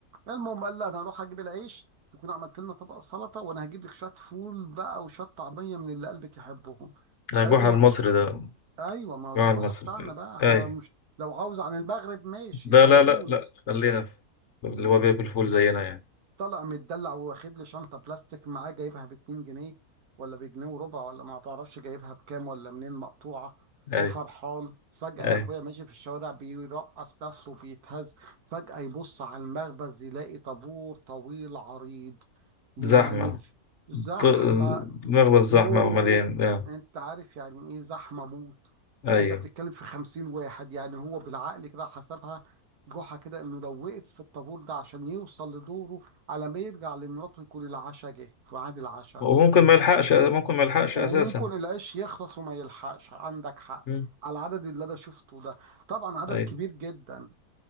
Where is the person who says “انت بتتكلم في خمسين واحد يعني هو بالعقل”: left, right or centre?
Right